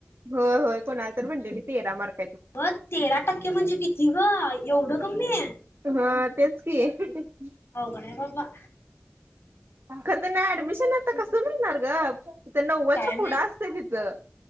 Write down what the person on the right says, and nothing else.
हो होय कोणाल. तर म्हंलेली तेरा मारक.
हा तेच की.
खरं तर ना ऍडमिशन आता कसं मिळणार ग. ते नव्वदच्या
फुढं असतं तिथं